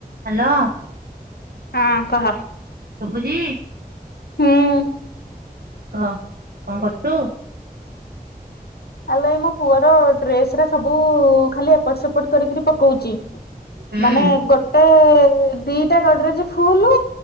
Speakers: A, on the right; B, on the left.
A: ହ୍ୟାଲୋ।
B: ହଁ କହ।
A: ଶୁଭୁଚି।
B: ହୁଁ।
A: କହ କଣ କରୁଛୁ?
B: ଆଲେ ଏ ମୋ ପୁଅର ଡ୍ରେସ ରା ସବୁ ଖାଲି ଏପଟ ସେପଟ କରିକ ପକଉଛି।
A: ହୁଁ
B: ମାନେ ଗୋଟେ ଦିଟା ଗଡରେଯ ଫୁଲ